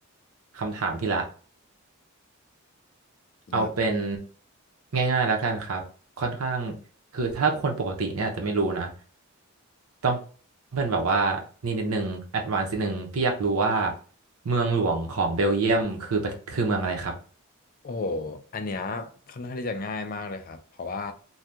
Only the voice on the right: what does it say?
คำถามพี่ละ เอาเป็น
ง่ายๆแล้วกันครับค่อนข้างคือถ้าคนปกติเนี่ยอาจจะไม่รู้นะต้องเป็นแบบว่านี่นิดนึงแอดวานซ์นิดนึงพี่อยากรู้ว่าเมืองหลวงของเบลเยียมคือประคือเมืองอะไรครับ